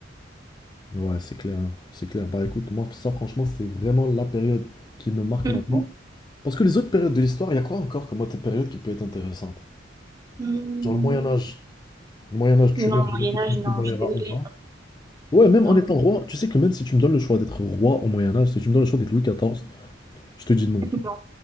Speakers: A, on the left (about 20°); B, on the right (about 20°).
A: Ouais, c'est clair, c'est clair. Bah écoute, moi, ça, franchement, c'est vraiment la période qui me marque
B: Mhm.
A: maintenant. Parce que les autres périodes de l'histoire, il y a quoi encore comme autre période qui peut être intéressante?
B: Hmm.
A: Genre le Moyen Âge. Le Moyen Âge, tu
B: Non, au
A: meurs, je n'ai
B: Moyen
A: que 30
B: Âge, non,
A: malheur
B: je suis
A: à
B: désolée.
A: 11 ans. Ouais, même
B: Non,
A: en étant roi, tu sais que même si tu me donnes le choix d'être roi au Moyen Âge, si tu me donnes le choix d'être Louis XIV, je te dis non.
B: non,